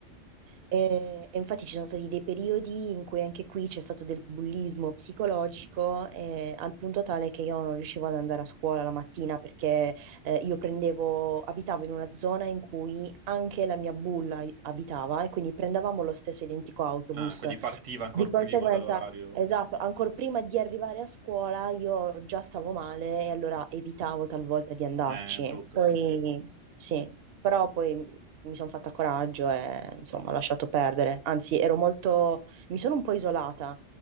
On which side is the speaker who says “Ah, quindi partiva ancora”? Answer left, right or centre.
Right